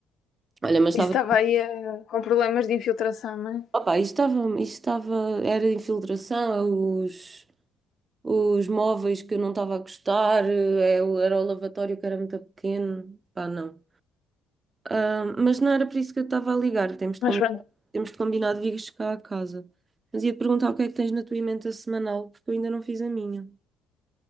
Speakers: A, on the right; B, on the left.
A: Olha, mas estava.
B: Isso estava aí eh, com problemas de infiltração, não é?
A: Opa, isto estava. Isto estava. Era infiltração, é os. Os móveis que eu não estava a gostar, é o- era o lavatório que era muito pequeno. Pá, não. Ah, mas não era por isso que eu estava a ligar. Temos de
B: Mas
A: combinar,
B: pronto.
A: temos de combinar de vires cá a casa. Mas ia-te perguntar o que é que tens na tua emenda semanal, porque eu ainda não fiz a minha.